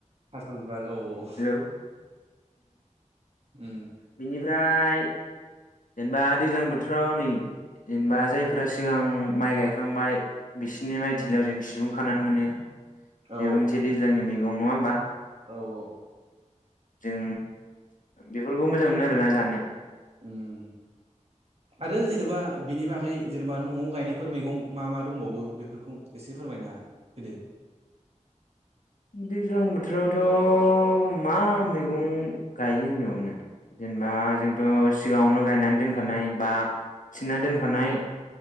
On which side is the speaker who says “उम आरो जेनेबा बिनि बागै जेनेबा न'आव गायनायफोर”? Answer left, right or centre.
Right